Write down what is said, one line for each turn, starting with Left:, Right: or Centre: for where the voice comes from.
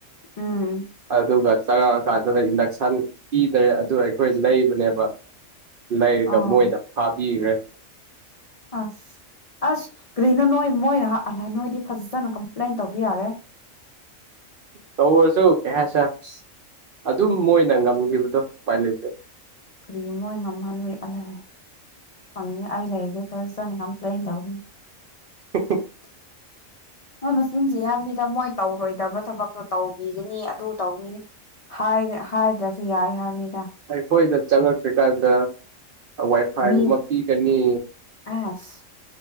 Left: ꯎꯝ
Right: ꯑꯗꯨꯒ ꯆꯉꯛꯑꯀꯥꯟꯗꯅ ꯏꯟꯗꯛ ꯁꯟ ꯄꯤꯗ꯭ꯔꯦ ꯑꯗꯨ ꯑꯩꯈꯣꯏ ꯂꯩꯕꯅꯦꯕ ꯂꯩꯔꯒ
Left: ꯑꯣ
Right: ꯃꯣꯏꯅ ꯐꯥꯕꯤꯈ꯭ꯔꯦ
Left: ꯑꯁ ꯑꯁ ꯒ꯭ꯔꯤꯅꯨ ꯅꯣꯏ ꯃꯣꯏꯅ ꯑꯩꯍꯥ ꯅꯣꯏꯗꯤ ꯐꯖꯅ ꯀꯝꯄ꯭ꯂꯦꯟ ꯇꯧꯕ ꯌꯥꯔꯦ
Right: ꯇꯧꯔꯁꯨ ꯀꯩ ꯍꯥꯢꯁꯤꯔꯥ ꯑꯗꯨꯝ ꯃꯣꯏꯅ ꯉꯝꯈꯤꯕꯗꯣ ꯎꯄꯥꯏ ꯂꯩꯇꯦ
Left: ꯀ꯭ꯔꯤꯃꯣꯏ ꯉꯝꯍꯟꯕꯤ ꯑꯜꯂꯦ <unintelligible> ꯑꯩ ꯂꯩꯔꯗꯤ ꯐꯖꯅ ꯀꯝꯄ꯭ꯂꯦꯟ ꯇꯧꯒꯅꯤ
Right: <unintelligible>
Left: <inaudible> ꯃꯣꯏ ꯃꯆꯤꯟ ꯊꯤ ꯍꯥꯏꯕꯅꯤꯗ ꯃꯣꯏ ꯇꯧꯔꯣꯏꯗꯕ ꯊꯕꯛꯇꯣ ꯇꯧꯕꯤꯒꯅꯤ ꯑꯗꯨ ꯇꯧꯅꯤꯅꯤ ꯍꯥꯏ ꯍꯥꯏꯗ꯭ꯔꯁꯨ ꯌꯥꯏ ꯍꯥꯏꯕꯅꯤꯗ
Right: ꯑꯩ ꯈꯣꯏꯗ ꯆꯉꯛꯇ꯭ꯔꯤꯀꯥꯟꯗ ꯋꯥꯏꯐꯥꯏꯒꯨꯝꯕ
Left: ꯃꯤ
Right: ꯄꯤꯒꯅꯤ
Left: ꯑꯁ